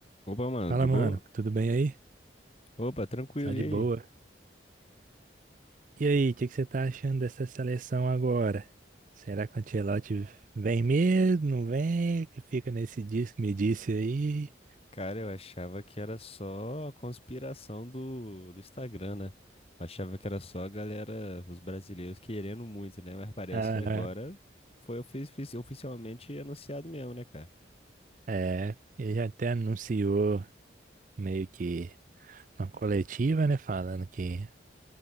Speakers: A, on the left; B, on the right.
A: Opa, mano,
B: Fala,
A: de boa?
B: mano, tudo bem aí?
A: Opa, tranquilo,
B: Tá
A: e
B: de
A: aí?
B: boa? E aí, o que que você tá achando dessa seleção agora? Será que o Ancelotti vem mesmo? Não vem? Que Fica nesse disco, me disse aí.
A: Cara, eu achava que era só a conspiração do, do Instagram, né? Eu achava que era só a galera, os brasileiros querendo muito, né? Mas parece
B: Aham.
A: que agora foi ofi- ofi- oficialmente anunciado mesmo, né, cara?
B: É, ele já até anunciou meio que uma coletiva, né? Falando que